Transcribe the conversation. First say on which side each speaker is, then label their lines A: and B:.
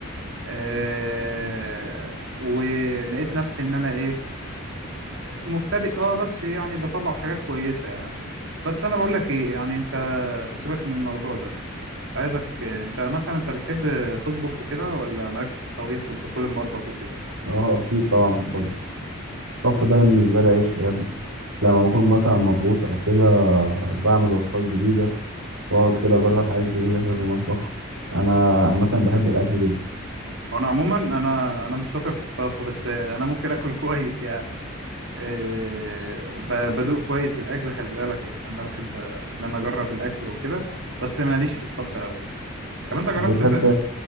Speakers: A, on the right; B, on the right.
A: آه، ولقيت نفسي ان انا ايه مبتدئ اه بس يعني بطلع حاجات كويسه يعني بس انا بقول لك ايه يعني انت سيبك من الموضوع ده كنت عايزك انت مثلا انت بتحب تطبخ وكده ولا مالكش في الطبيخ والدخول المطبخ وكده
B: اه اكيد طبعا بحب اطبخ الطبخ ده بالنسبة لي عيش يا ابني لما بكون مثلا مضغوط او كده بعمل وصفات جديدة واقعد كده اجرب حاجات جديدة كده في المطبخ انا عامة بحب الاكل جدا
A: وانا عموما انا انا مش شاطر في الطبخ بس انا ممكن اكل كويس يعني إيه، ب- بدوق كويس الاكل خلي بالك يعني انا بحب ان انا اجرب الاكل وكده بس ماليش في الطبخ قوي طب انت جربت
B: بتحب
A: ت...